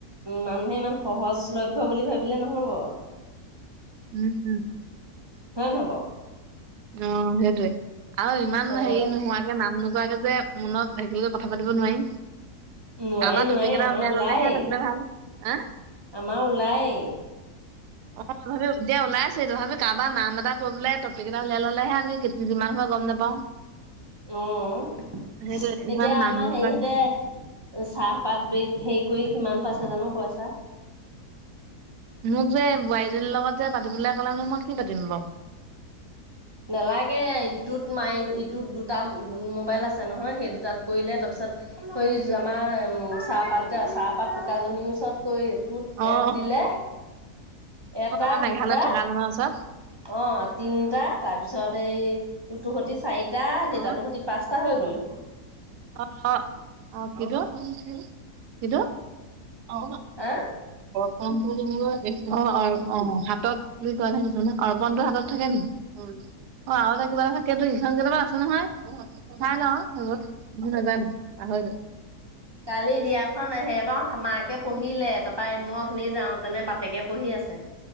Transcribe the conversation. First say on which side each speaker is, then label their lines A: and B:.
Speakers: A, on the right; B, on the right.
A: মানুহে ইমান সহজলভ্য বুলি ভাবিলে ন'হব।
B: উম, <unintelligible>
A: হয় নহয় বাৰু?
B: অ', হেইটোৱে। আৰু ইমান
A: চবতে
B: হেৰি নোহোৱাকে নাম নোকোৱাকে যে মনত একেলগে কথা পাতিব নোৱাৰি।
A: নোৱায়ি
B: কাৰোবাৰ
A: নোৱায়ি
B: টপিক এটা
A: আমাৰ
B: উলিয়াই
A: ওলায়ে,
B: ললেহে পাতিলে ভাল। হা?
A: আমাৰ ওলাই।
B: অ', তথাপি এতিয়া ওলাই আছে তথাপি কাৰোবাৰ নাম এটা কৰি পেলাই টপিক এটা উলাই ল'লেহে আমি যিমান সময় গম নাপাওঁ
A: উ,
B: সেইটোৱে ইমান
A: এতিয়া
B: নাম
A: আমাৰ
B: নোকোৱাকে।
A: হেৰি হতে চাহপাত বিষ হেৰি কৰি কিমান পাঁচ হাজাৰো পইছা
B: মোক যে বোৱাৰীজনীৰ লগত যে পাতিবলৈ ক'লে মই কি পাতিম বাৰু।
A: নেলাগে ইটোত মাৰ, ইটোত দুটা মোবাইল আছে। আছে নহয়, সেই দুটাত কৰিলে তাৰপিছত এই আমাৰ চাহপাত, চাহপাত টোকাজনীৰ ওচৰত কৈ ত
B: অ আৰু
A: এপ দিলে এটা
B: আমাৰ মেঘালয়ত
A: দুটা।
B: থকা জনৰ ওচৰত
A: অ তিনটা তাৰপিছত এইতু সতি চাৰিটা টা, দেউেতাতৰ
B: অ
A: সতি পাঁচটা া হৈ গ'ল দেখোন
B: অ অ কিতু অছে ন অ
A: হা
B: অ অ হাতত বুলি কোৱা নাই কছ নে অৰ্পনতো হাতত থাকে নেকি অ আৰু এটা কিবা এটা থাকেো ইখন কেতিয়াবা আছে নহয়ঠাই লেইত ভ নাজানো হদ
A: কালি বিয়াখন সিহঁত মাকে পঢ়িলে তাৰপৰা মত আপুনি যাওঁতেনে বাপকে পঢ়ি আছে